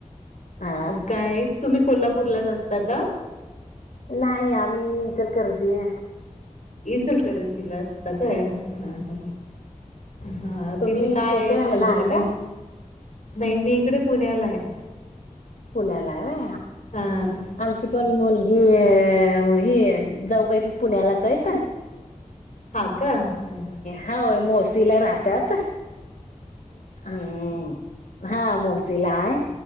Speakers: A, on the left; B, on the left.
A: हा
B: मग काय, तुम्ही कोल्हापूरलाच असता का
A: नाही आम्हीचर करजी आहे.
B: इचलकरंजीला असता काय हा ह, हा
A: तुम्ही
B: तिथे काय
A: कुठं
B: आहे
A: ह्याला
B: बघण्यास
A: काय?
B: नाही मी इकडे पुण्याला आहे
A: पुण्याला आहे व्हय
B: हा <inaudible>
A: आमची पण मुलगी अ ही जाऊबाई पुण्यालाच आहे का.
B: हा का हम.
A: होय मोसला राहतात हा मोस. सिलाय